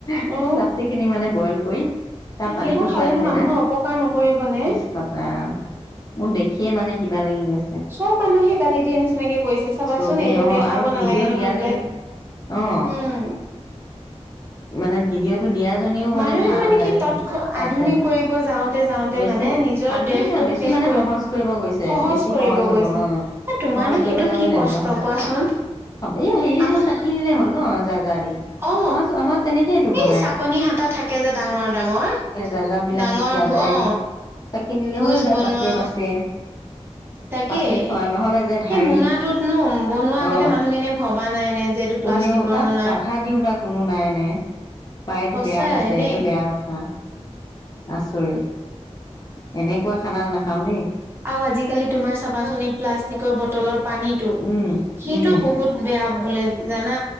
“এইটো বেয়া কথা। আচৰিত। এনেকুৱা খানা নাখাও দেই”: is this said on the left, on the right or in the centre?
Left